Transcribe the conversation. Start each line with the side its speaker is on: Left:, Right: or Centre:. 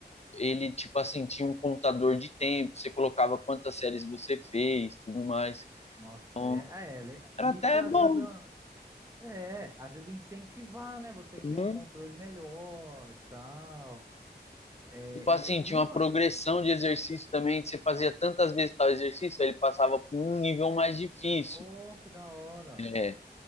Left: ele tipo assim tinha um contador de tempo. Você colocava quantas séries você fez, tudo mais.
Right: Nossa,
Left: Então
Right: é, é, é, le- isso
Left: era até
Right: ajuda.
Left: bom.
Right: É, ajuda a incentivar, né? Você ter
Left: né?
Right: um controle melhor, tal. É,
Left: Tipo assim,
Right: e,
Left: tinha uma
Right: e, ma-
Left: progressão de exercício também, que você fazia tantas vezes tal exercício, aí ele passava por um nível mais difícil.
Right: oh, que da hora.
Left: É,